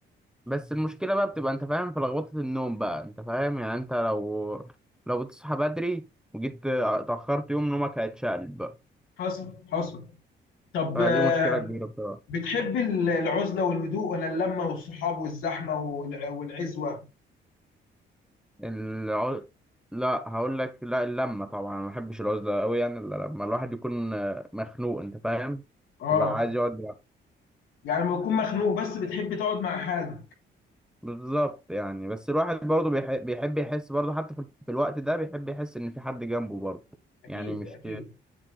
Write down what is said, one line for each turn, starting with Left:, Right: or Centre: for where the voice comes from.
Centre: بس المشكلة بقى بتبقى انت فاهم في لخبطة النوم بقى انت فاهم يعني انت لو لو بتصحى بدري وجيت اتأخرت يوم نومك هيتشقلب بقى
Left: حصل حصل طب
Centre: فدي
Left: آه،
Centre: مشكلة كبيرة بصراحة
Left: بتحب ال- العزله والهدوء ولا اللمه والصحاب والزحمه والع- والعزوه
Centre: العز... لا هقول لك لا اللمة طبعا ما بحبش العزلة قوي يعني إلا لما الواحد يكون آه، مخنوق انت فاهم
Left: اه
Centre: يبقى عايز يقعد لوحده.
Left: يعني لما تكون مخنوق بس بتحب تقعد مع حالك
Centre: بالظبط يعني بس الواحد برضه بيح... بيحب يحس برضه حتى في في الوقت ده بيحب يحس ان في حد جنبه برضه
Left: اكيد
Centre: يعني مش
Left: اكيد